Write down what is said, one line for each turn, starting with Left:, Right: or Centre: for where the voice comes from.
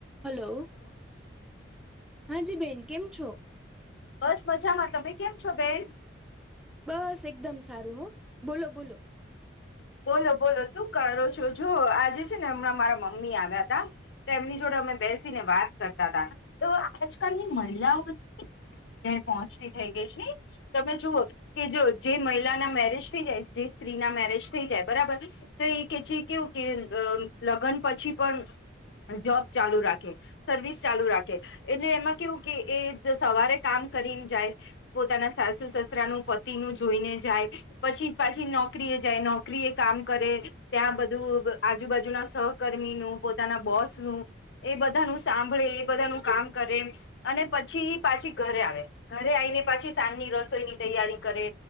Centre: હલો હાજી બેન કેમ છો
Left: બસ મજામાં તમે કેમ છો બેન
Centre: બસ એકદમ સારું હો બોલો બોલો
Left: બોલો બોલો શું કરો છો જો આજે છે ને હમણાં મારા મમ્મી આવ્યા તા તો એમની જોડે અમે બેસીને વાત કરતા હતા તો આજકાલની મહિલાઓચ્ જ પહોંચતી થઇ ગઈ છે તમે જુઓ કે જો જે મહિલા ના મેરેજ થઈ જાય જે સ્ત્રી ના મેરેજ થઈ જાય બરાબર ને તો એ કે છે કેવું કે લગ્ન પછી પણ જોબ ચાલુ રાખે સર્વિસ ચાલુ રાખે એટલે એમાં કેવું કે એ સવારે કામ કરીને જાય પોતાના સાસુ સસરા નું પતિ નું જોઈને જાય પછી પાછી નોકરી જાય નોકરી એ કામ કરે ત્યાં બધું આજુબાજુના સહકર્મીનું પોતાના બોસ નું એ બધાનું સાંભળે એ બધાનું કામ કરે અને પછી પાછી ઘરે આવે ઘરે આવીઈને પાછી સાંજની રસોઈની તૈયારી કરે